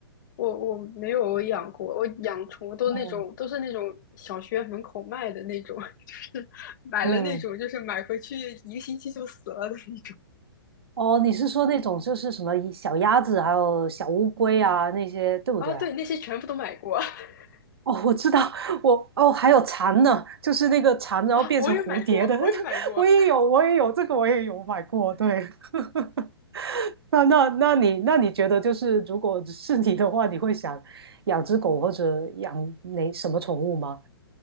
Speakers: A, on the left; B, on the right.
A: 我我没有养过，我养宠物都那种都是那种小学门口卖的那种，
B: 嗯。
A: <laughs> 就是买了那种，
B: 嗯，
A: 就是买回去一个星期就死了的那种。
B: 哦，你是说那种就是什么小鸭子，还有小乌龟啊那些，对不对啊？
A: 啊，对，那些全部都买过，<laughs>
B: 哦，我知道，我哦还有蝉呢，就是那个蝉，然后变成蝴蝶的，
A: 啊，我也买过，我也买过。
B: <laughs> 我也有，我也有这个，我也有买过。对，<laughs> 那那那你那你觉得就是如果是你的话，你会想养只狗或者养哪什么宠物吗？